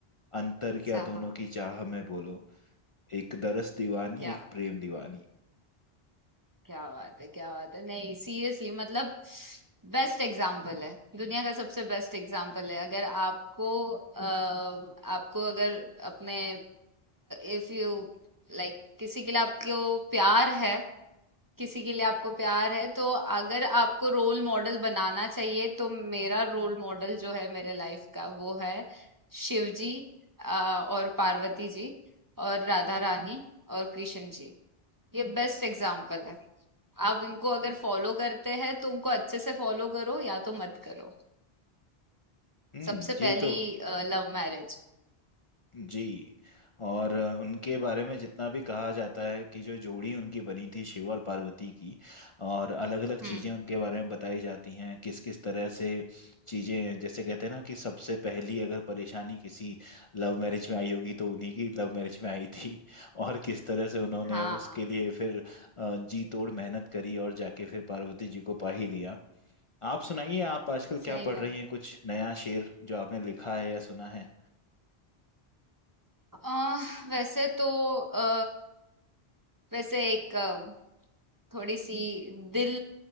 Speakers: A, on the left; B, on the right.
A: अंतर
B: अच्छा
A: क्या दोनों
B: हाँ
A: की चाह में बोलो एक दरस दीवानी
B: क्या
A: एक प्रेम दीवानी
B: क्या बात है क्या बात है नहीं सीरियसली मतलब बेस्ट एग्जाम्पल है दुनिया का सबसे बेस्ट एग्जाम्पल है अगर आपको अ, आपको अगर अपने इफ यू लाइक किसी के लिए आपको प्यार है किसी के लिए आपको प्यार है तो अगर आपको रोल मॉडल बनाना चाहिए तो मेरा रोल मॉडल जो है मेरे लाइफ का वो है शिव जी आ, और पार्वती जी और राधा रानी और कृष्ण जी ये बेस्ट एग्जाम्पल है आप इनको अगर फॉलो करते हैं तो उनको अच्छे से फॉलो करो या तो मत करो
A: हम्म
B: सबसे
A: ये
B: पहली
A: तो
B: लव मैरिज
A: जी और अ, उनके बारे में जितना भी कहा जाता है कि जो जोड़ी उनकी बनी थी शिव और पार्वती की और अलग अलग
B: हम्म
A: चीजें उनके बारे में बताई जाती हैं किस किस तरह से चीजें जैसे कहते हैं ना कि सबसे पहली अगर परेशानी किसी लव मैरिज में आई होगी तो उन्हीं की लव मैरिज में आई थी और किस तरह से उन्होंने
B: हाँ
A: उसके लिए फिर अ, जी तोड़ मेहनत करी और जाके फिर पार्वती जी को पा ही लिया आप सुनाइए आप आजकल
B: सही
A: क्या पढ़
B: बात
A: रही हैं कुछ नया शेर जो आपने लिखा है या सुना है
B: अ, वैसे तो अ, वैसे एक अ, थोड़ी सी दिल